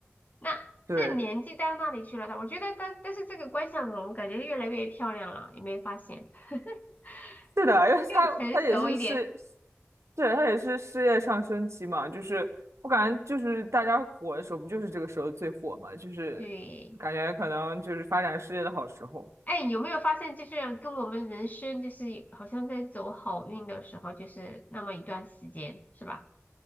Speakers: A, on the left; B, on the right.
A: 那那年纪到那里去了呢？
B: 对，
A: 我觉得但但是这个关晓彤感觉越来越漂亮了，有没有发现？<laughs>
B: 是的，因为她她也是事，
A: 更成熟一点。
B: 对，她也是事业上升期嘛，就是我感觉就是大家火的时候，不就是这个时候最火嘛，就是
A: 对，
B: 感觉可能就是发展事业的好时候。
A: 哎，有没有发现就是跟我们人生就是好像在走好运的时候，就是那么一段时间，是吧？